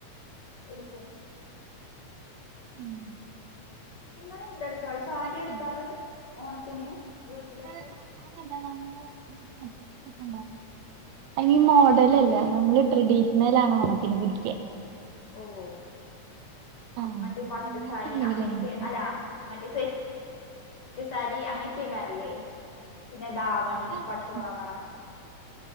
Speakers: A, on the left; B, on the right.
A: എടുക്കും
B: ആഹ്
A: നിങ്ങളെന്താ എടുക്കാ സാരി
B: തന്നെയാണ്
A: എടുക്കാറ് ഓണത്തിന് വീട്ടിലൊക്കെ
B: നമ്മള് <unintelligible> <inaudible> അയിന് മോഡലല്ല
A: ഏ
B: നമ്മള് ട്രഡീഷണൽ ആണ് ഓണത്തിന് പിടിക്ക
A: ഓഹ്
B: ആഹ്
A: മറ്റേ
B: അപ്പൊ
A: പട്ട്സാരി
B: അങ്ങനത്തെ എന്തെങ്കിലും
A: അങ്ങനെയൊക്കെ
B: എടുക്ക
A: അല്ല മറ്റേ സെറ്റ് റ്റ് സാരി അങ്ങനെയൊക്കെയക്കാരല്ലേ പിന്നെ ധാവണി
B: അങ്ങനെയല്ല
A: പട്ടുപാവാട